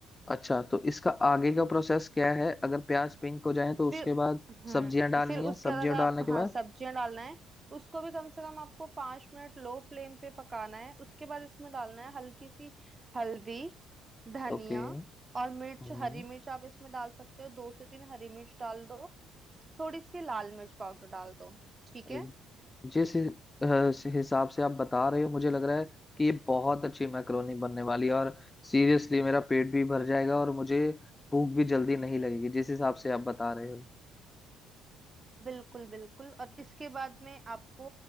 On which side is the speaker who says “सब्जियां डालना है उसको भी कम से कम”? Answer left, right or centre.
Right